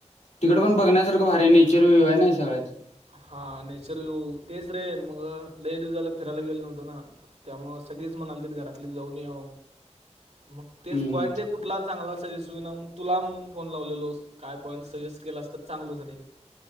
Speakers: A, on the left; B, on the right.
A: तिकडे पण बघण्यासारखं भारी नेचर व्ह्यू आहे ना सगळ्या तथ
B: हा न सर तेच रे मग लई दिू झाला फिरायला गेल नव्हतं ना त्यामु सगळे च म्हणाली घरातली जाऊन ये मग तेच
A: हम्म
B: पॉईंट हे कुठला चांगलाच तुला म्हणून फोन लावलेलो काय पॉईंट सजेस्ट केला अस तर चांगलं रे